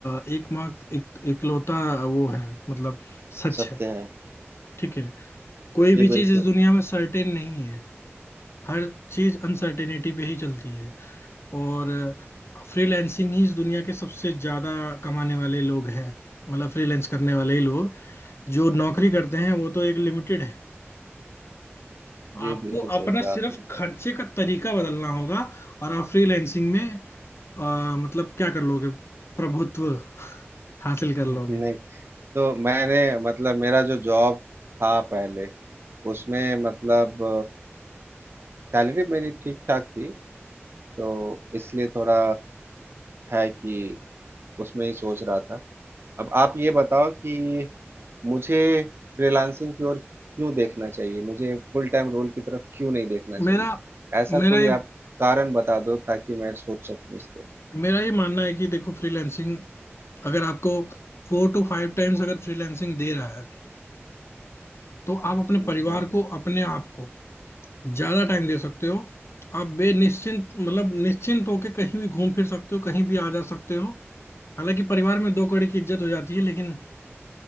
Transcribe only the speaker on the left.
अ, एकमात्र एक, इकलौता वो है मतलब सच
है
ठीक है कोई
भी
चीज इस दुनिया में सर्टेन नहीं है हर चीज अनसर्टेनिटी पे ही चलती है और फ्रीलैंसिंग ही इस दुनिया के सबसे ज्यादा कमाने वाले लोग हैं मतलब फ्रीलैंस करने वाले ही लोग जो नौकरी करते हैं वो तो एक लिमिटेड है
आपको
अपना
सिर्फ
खर्चे का तरीका बदलना होगा और आप फ्रीलैंसिंग में अ, मतलब क्या कर लोगे प्रभुत्व <laughs> हासिल कर लोगे
मेरा
मेरा
ये
मेरा ये मानना है कि देखो फ्रीलैंसिंग अगर आपको फोर टू फाइव टाइम्स अगर फ्रीलैंसिंग दे रहा है तो आप अपने
परिवार
को अपने आप को ज्यादा टाइम दे सकते हो आप बेनिश्चिंत मतलब निश्चिंत होकर कहीं भी घूम फिर सकते हो कहीं भी आ जा सकते हो हालांकि परिवार में दो कौड़ी की इज्जत हो जाती है लेकिन